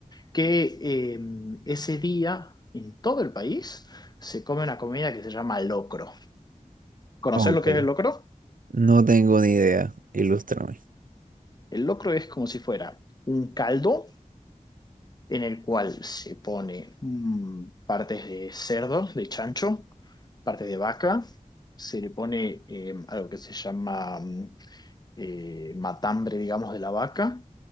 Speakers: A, on the left; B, on the right.
A: que eh, ese día en todo el país se come una comida que se llama locro. ¿Conocés
B: Ok,
A: lo que es el locro?
B: No tengo ni idea. Ilústrame.
A: El locro es como si fuera un caldo en el cual se pone mm, partes de cerdo, de chancho, partes de vaca, se le pone eh, algo que se llama mm, eh, matambre, digamos, de la vaca.